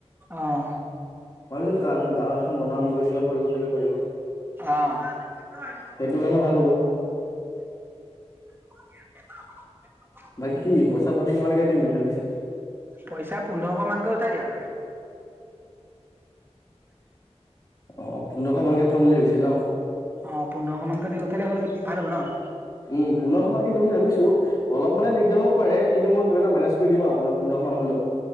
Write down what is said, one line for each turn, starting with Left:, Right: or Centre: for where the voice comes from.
Right: অহ
Left: ভাবিছিলো গান গান এখন বনাম বুলি চব ভৰিব খেলিব পাৰিব।
Right: অ।
Left: সেইটো কাৰণে ভাল হ'ব।
Right: <unintelligible> <inaudible>
Left: বাকী কি পইচা পাতি কিমানকে দিম বুলি ভাবিছে?
Right: পইচা পোন্ধৰশ মানকে উঠাই দিয়া।
Left: অ পোন্ধৰশ মানকে উঠাম বুলি ভাবিছে ন?
Right: অ পোন্ধৰশ মানকৈ দি উঠালে হৈ ভাল হ'ব ন।
Left: উম। পুনৰ সময় দিম বুলি ভাবিছো। অলপ মানে দিগদাৰ হব পাৰে। কিন্তু মই কিবা এটা মেনেজ কৰি দিম আপোনাৰ পোন্ধৰশ মান হলেও।